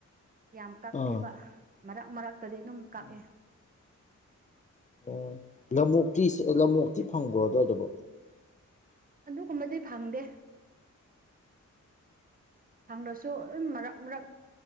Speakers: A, on the right; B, on the left.
A: ꯌꯥꯝ ꯀꯛꯇꯦꯕ
B: ꯑꯥ
A: ꯃꯔꯛ ꯃꯔꯛꯇꯗꯤ ꯑꯗꯨꯝ ꯀꯛꯑꯦ
B: ꯎꯝ ꯑꯣ ꯂꯃꯣꯛꯇꯤ ꯂꯃꯣꯛꯇꯤ ꯐꯪꯕ꯭ꯔꯣ ꯑꯗꯨꯋꯥꯏꯗꯕ
A: ꯑꯗꯨꯒꯨꯝꯕꯗꯤ ꯐꯪꯗꯦ ꯐꯪꯗꯁꯨ ꯃꯔꯛ ꯃꯔꯛ